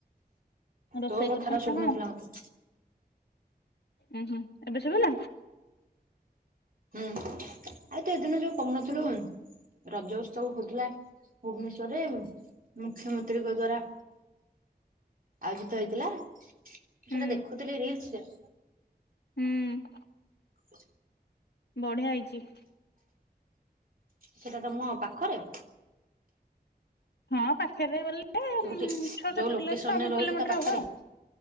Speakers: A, on the left; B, on the right.
A: ରୋଷେଇ
B: ତୋ କଥାଟା
A: କରୁଛୁ ନା
B: ଶୁବୁନଥିଲା
A: କଣ?
B: ମତେ?
A: ଉୁଁ ହୁଁ ଏବେ ଶୁଭିଲା।
B: ହୁଁ ଆଉ ତୁ ଏ ଦିନ ଯୋଉ କହୁନଥିଲୁ,? ରଜ ଉତ୍ସବ ହଉଥିଲା। ଭୁବନେଶ୍ଵରରେ ମୁଖ୍ୟମନ୍ତ୍ରୀଙ୍କ ଦ୍ଵାରା ଆଉ ଜିତ ହେଇଥିଲା ସେଟା
A: ହୁଁ
B: ଦେଖୁଥିଲି ରିଲସରେ।
A: ହୁଁ।
B: ହୁ
A: ବଢିଆ ହେଇଛି।
B: ସେଇଟା ତମ ପାଖରେ?
A: ହଁ ପାଖରେ ଗଲେ
B: ଯୋଉଠି
A: ଛଅ,
B: ଯୋଉ
A: ସାତ,
B: ଲୋକେସନରେ
A: ଛଅ
B: ରହୁଛୁ
A: କିଲୋମିଟର
B: ତା ପାଖରେ
A: ହବ।